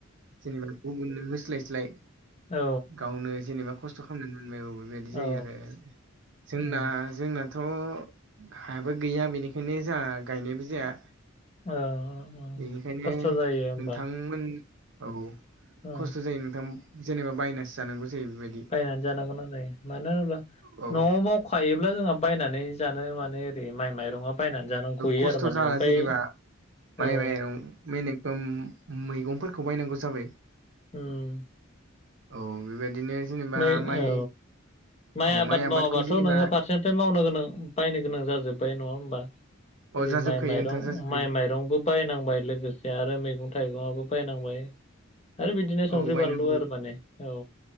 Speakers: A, on the right; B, on the left.
A: जेनेबा गुबुननो होस्लायस्लाय
B: औ
A: गावनो जेनेबा खस्थ' खालामनानै मोनबाय औ। बेबायदि जायो
B: औ
A: आरो जोंना
B: उम
A: जोंनाथ' हायाबो गैया बेनिखायनो जोंहा गायनायबो जाया।
B: अ अ अ
A: बेनिखायनो
B: खस्थ' जायो होमबा?
A: <unintelligible> <unintelligible> औ
B: औ
A: खस्थ' जायो नोंथां जेनेबा बायनासो जानांगौ जायो बेबायदि
B: बायनानै जानो गोनां जायो। मानो होनोब्ला
A: औ
B: न'आव मावखायोब्ला जोंहा बायनानै जानो माने ओरै माइ माइरङा बायनानै जानो गयो
A: खस्थ'
B: आरो माने
A: जाला
B: ओमफ्राय
A: जेनेबा
B: औ
A: माइ-माइरं बे नों ओम मैगंफोरखौ बायनांगौ जाबाय
B: <unintelligible> <unintelligible>
A: औ बेबायदिनो जेनेबा
B: बे
A: माइ
B: औ माइ
A: औ
B: आबाद
A: आबादखौ
B: मावाबाथ'
A: जेनेबा
B: नोङो फारसेनिफ्राय मावनो गोनां बायनो गोनां जाजोब्बाय। नङा होमबा? जेरै
A: अ जाजोबखायो
B: माइ माइरं
A: नोंथां जाजोबखायो
B: माइ-माइ रंबो बायनांबाय लोगोसे आरो मैगं थाइगंआबो बायनांबाय। आरो बिदिनो संख्रि-बानलु
A: औ बायनांगौ
B: आरो माने। औ